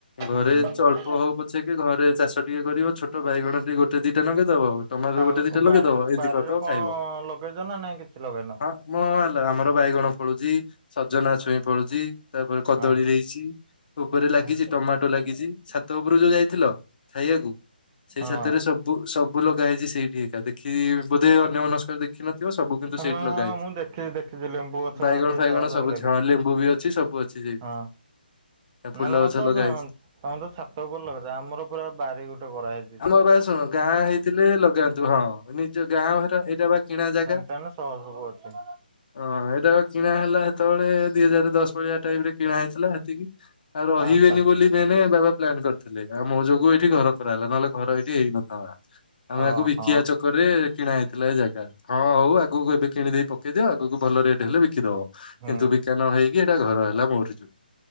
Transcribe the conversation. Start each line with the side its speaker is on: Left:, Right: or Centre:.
Left: ଘରେ
Right: ହୁଁ।
Left: ଅଳ୍ପ ହଉ ପଛେ କି ଘରେ ଚାଷ ଟିକେ କରିବ। ଛୋଟ ବାଇଗଣ ଟିକେ ଗୋଟେ ଦିଟା ଲଗେଇ ଦବ ଟମାଟର
Right: ଆଉ
Left: ଗୋଟେ ଦିଟା ଲଗେଇଦବ,
Right: ବାରି
Left: ଏମିତି
Right: ବାରିରେ
Left: କରିଦବ
Right: କଣ
Left: ଖାଇବ।
Right: ଲଗେଇଛ ନା ନାଇଁ କିଛି ଲଗେଇନ?
Left: ହଁ ଆଲ ଆମର ବାଇଗଣ ଫଳୁଛି, ସଜନା ଛୁଇଁ ଫଳୁଚି ତାପରେ କଦଳୀ
Right: ହଁ
Left: ହେଇଛି। ଉପରେ ଲାଗିଛି
Right: ହଁ।
Left: ଟମାଟୋ ଲାଗିଛି, ଛାତ ଉପରୁ ଯୋଉ ଯାଇଥିଲ। ଖାଇବାକୁ। ସେଇ ଛାତରେ
Right: ହଁ
Left: ସବୁ ସବୁ ଲଗା ହେଇଚି। ସେଇଠି ଏକା ଦେ ଖି ବୋଧେ ଅନ୍ୟ ମନସ୍କରେ ଦେଖିନଥିବ। ସବୁ କିନ୍ତୁ ସେଇଠି
Right: ହଁ
Left: ଲଗା
Right: ହଁ
Left: ହେଇଚି।
Right: ମୁଁ ଦେଖିଛି ଦେଖିଛି ଲେମ୍ବୁ ଗଛ
Left: ବାଇଗଣ
Right: ଅଧିକ
Left: ବାଇଗଣ
Right: ଶହ ଶହ
Left: ସବୁ ଅଛି
Right: ଲାଗିଛି
Left: ହଁ ଲେମ୍ବୁ ବି ଅଛି ସବୁ ଅଛି।
Right: ହଁ।
Left: ଫୁଲ
Right: ନା ତମର
Left: ଗଛ ଲଗା
Right: ତ
Left: ହେଇଛି।
Right: ତମେ ତ ଛାତ ଉପରେ ଲଗେଇଛ, ଆମର ପୁରା ବାରି ଗୋଟେ କରାହେଇଚି।
Left: ଆମ ବା ଶୁଣ ଗାଁ ହେଇଥିଲେ ଲଗାନ୍ତୁ, ହଁ ନିଜ ଗାଁ ଘର। ଏଇଟା ବା କିଣା ଜାଗା।
Right: କାହିଁ ନାଁ ସହର ସବୁ ଅଛି।
Left: ହଁ ଏଇଟା ପା କିଣା ହେଲା ସେତେବେଳେ ଦିଇ ହଜାର ଦଶ ଭଳିଆ ଟାଇପ ରେ କିଣା ହେଇଥିଲା ସେତିକି। ଆଉ ରହିବେନି
Right: ଆଚ୍ଛା
Left: ବୋଲି ମେନ୍ ବାବା ପ୍ଲାନ୍ କରିଥିଲେ। ଆଉ ମୋ ଯୋଗୁ ଏଠି ଘର ହେଲା। ନହେଲେ ଘର ଏଇଠି ହେଇଥାନ୍ତା। ଆମେ
Right: ଓହୋ
Left: ଆକୁ ବିକିବା ଚ ରେ କିଣା ହେଇଥିଲା ଏ ଜାଗା। ହଁ, ହଉ ଆଗକୁ ଏବେ କିଣିଦେଇ ପକେଇଦିଅ ଆଗକୁ ଭଲ ରେଟ ହେଲେ ବିକିଦବ।
Right: ହୁଁ।
Left: କିନ୍ତୁ ବିକା ନ ହେଇକି ଏଇଟା ଘର ହେଲା ମୋର ଯୋଗୁଁ।